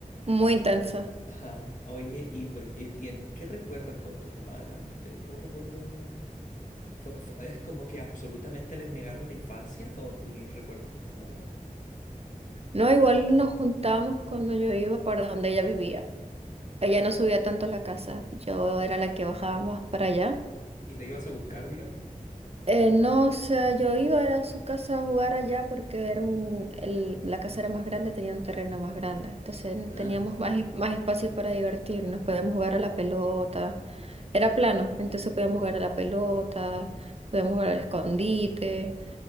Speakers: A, on the right (about 45°); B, on the left (about 60°).
A: Muy intensa.
B: Ajá. Oye, ¿y, por, y tien- qué recuerdas con tu hermana? ¿Tenés como recuerdo? Fue- fue- ¿es como que absolutamente les negaron la infancia o tenés recuerdos con tu hermana?
A: No, igual nos juntamos cuando yo iba para donde ella vivía. Ella no subía tanto a la casa, yo era la que bajaba más para allá.
B: ¿Y la ibas a buscar, digamos?
A: Eh, no, o sea, yo iba era a su casa a jugar allá porque era un, el- la casa era más grande, tenía un terreno más grande, entonces n-
B: Ah.
A: teníamos más, es- más espacio para divertirnos, podíamos jugar a la pelota, era plano, entonces podíamos jugar a la pelota, podíamos jugar al escondite,